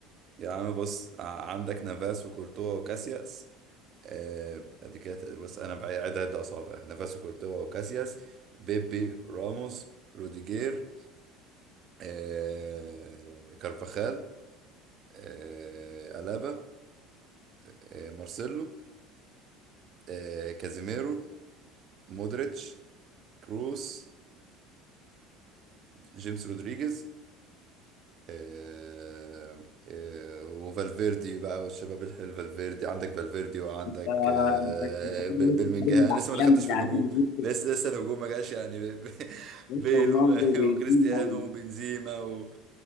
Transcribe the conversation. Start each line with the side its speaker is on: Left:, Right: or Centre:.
Right: يا عم بص ع- عندك نافاس وكورتوا وكاسياس آه، ادي كده بس انا بعيدها عد اصابع نافاس وكورتوا وكاسياس بيبي راموس روديجير آه، كارفاخال آه، ألابا آه، مارسيلو آه، كازيميرو مودريتش كروس جيمس رودريجيز آه، آه، وفالفيردي بقى والشباب الحلو فالفيردي عندك فالفيردي وعندك
Left: آه،
Right: آه،
Left: انت أنت
Right: ب-
Left: كده وسط
Right: بلمنجهام
Left: فريق الاحلام
Right: انا لسه ما دخلتش
Left: بتاع
Right: في الهجوم
Left: ريال مدريد
Right: لسه لسه الهجوم ما جاش يعني ب- ب- <laughs>
Left: لسه
Right: بيل
Left: رونالدو
Right: و-
Left: وبنزيما
Right: وكريستيانو
Left: و-
Right: وبنزيما و...